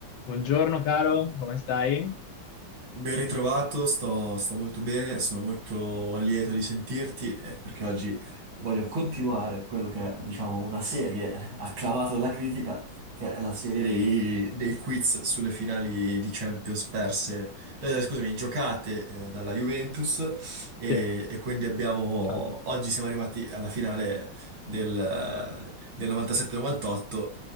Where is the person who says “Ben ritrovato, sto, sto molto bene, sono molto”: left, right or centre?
Right